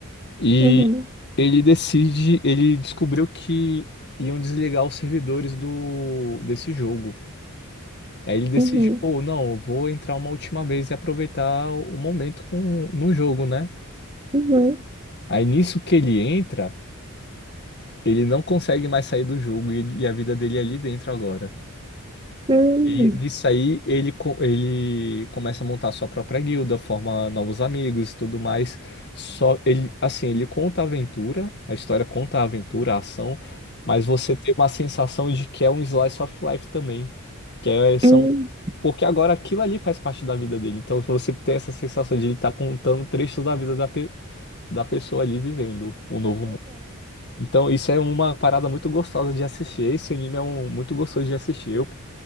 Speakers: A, on the left; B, on the right.
A: E
B: uhum,
A: ele decide, ele descobriu que iam desligar os servidores do, desse jogo. Aí ele decide,
B: uhum,
A: pô, não, eu vou entrar uma última vez e aproveitar o momento com, no jogo, né?
B: uhum,
A: Aí nisso que ele entra, ele não consegue mais sair do jogo e, ele- e a vida dele é ali dentro agora.
B: uhum,
A: E nisso aí ele, co- ele começa a montar sua própria guilda, forma novos amigos e tudo mais. Só ele, assim, ele conta a aventura, a história conta a aventura, a ação, mas você tem uma sensação de que é um slice of life também, que é, são
B: uhum, uhum,
A: porque agora aquilo ali faz parte da vida dele. Então você tem essa sensação de ele estar contando trechos da vida da, pe- da pessoa ali vivendo o novo mundo. Então, isso é uma parada muito gostosa de assistir. Esse anime é um, muito gostoso de assistir. Eu,